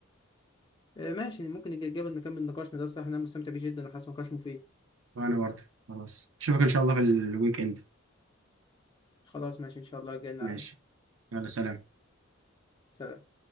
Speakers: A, on the left (about 20°); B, on the right (about 70°).
A: آه، ماشي ممكن نتجنب نكمل نقاشنا ده الصراحة أنا مستمتع بيه جدا وحاسس نقاش مفيد
B: وانا برضه خلاص اشوفك ان شاء الله في الويك اند
A: خلاص ماشي إن شاء الله جايين
B: ماشي
A: على
B: يلا سلام
A: سلام